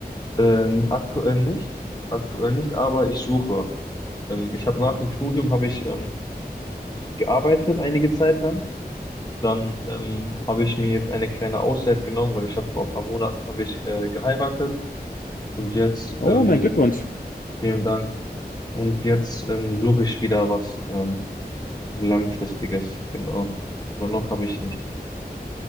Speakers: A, on the left; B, on the left.
A: ähm, aktuell nicht, aktuell nicht, aber ich suche. Ähm, ich habe nach dem Studium habe ich ähm, gearbeitet einige Zeit lang. Dann ähm, habe ich mir jetzt eine kleine Auszeit genommen, weil ich habe vor ein paar Monaten habe ich äh, geheiratet. Und jetzt,
B: Oh,
A: ähm,
B: mein Glückwunsch.
A: vielen Dank. Und jetzt ähm, suche ich wieder was ähm, Langfristiges, genau. Aber noch habe ich nicht.